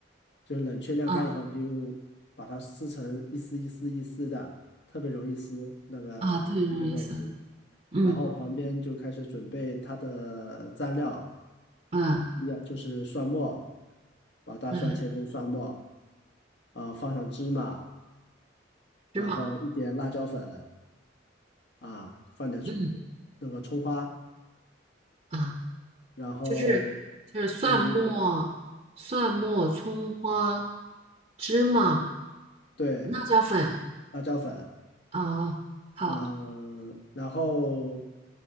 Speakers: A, on the left; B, on the right.
A: 就是冷却晾干以后，
B: 啊
A: 你就用把它撕成一丝一丝一丝的，特别容易撕那个鸡胸肉丝。
B: 啊，特别容易撕，嗯
A: 然后旁边就开始准备它的蘸料，
B: 嗯
A: 一样就是蒜末，把大蒜切成蒜末，
B: 嗯，
A: 啊、放上芝麻。然后一点辣椒粉
B: 芝麻，
A: 啊，放点葱
B: 嗯
A: 那个葱花，
B: 啊，
A: 然后
B: 就是就是蒜末、
A: 嗯，
B: 蒜末、葱花、芝麻、
A: 对
B: 辣椒粉
A: 辣椒粉，
B: 啊，好，
A: 嗯、然后